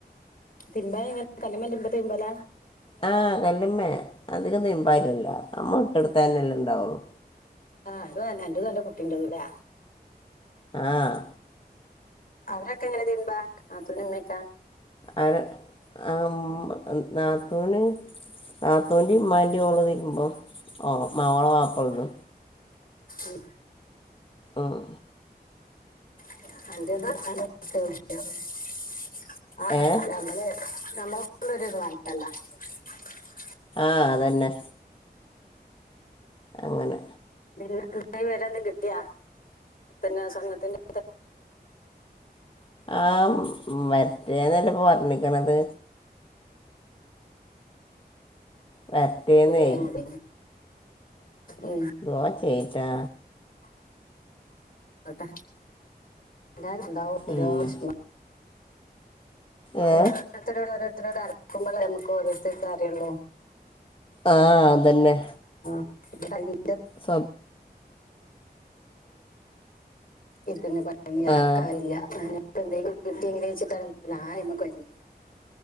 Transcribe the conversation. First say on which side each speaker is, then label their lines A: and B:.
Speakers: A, on the left; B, on the left.
A: തിൻമ്പ എങ്ങന കല്മ്മേ തിൻമ്പല.
B: ആഹ് കല്ല്മ്മേ അധികം നിമ്പാര്യല്ല നമ്മ ഇട്ടെടുത്തന്നെല്ലാം ഇണ്ടാവുള്ളു.
A: ആ അ എന്റെതു അന്റെ കുട്ടിന്റതൂല്ലേ.
B: ആഹ്
A: അവരൊക്കെ എങ്ങനെ തീമ്പാ നാത്തൂനുമ്മയൊക്ക.
B: അത് ആമ്മ നാത്തൂന് താത്തോന്റെ ഉമ്മാന്റെ ഓള് തരുമ്പോ ഓ മാവോളെ വപ്പള്ളു.
A: ഉം
B: ആഹ്
A: അ ആ ഞമ്മ
B: ഏ
A: ഞമ്മള <unintelligible>
B: ആഅതന്നെ. അങ്ങനെ
A: നിന്ന വരെന്ത കിട്ടിയാ. പിന്നെ സ്വർണ്ണത്തിന്റെ
B: ആഹ് വറ്റേന്നല്ലപ്പൊ പറണിക്കണത്. മറ്റേതെ
A: ശരിയായി മതി ഉം.
B: ദോ ചേറ്റാ
A: <unintelligible> ട്ട എല്ല ഇണ്ടാവും ഓരോ
B: ഉം.
A: വേഷ
B: ഏഹ്
A: നമ്മൾ ഓരോരുത്തരോട് ഓരോരുത്തരോട് അറക്കുമ്പോ നമുക്ക് ഓരോരുത്തർക്ക് അറിയുള്ളൂ.
B: ആഹ് അതന്നെ.
A: <unintelligible>
B: സ
A: ഇക്കുന്ന പ
B: ആഹ്
A: കാര്യല്ല. ഇന്തങ്കക്കും കിട്ടി എങ്ങെച്ചിട്ടായ്മക്കൊരുങ്ങി.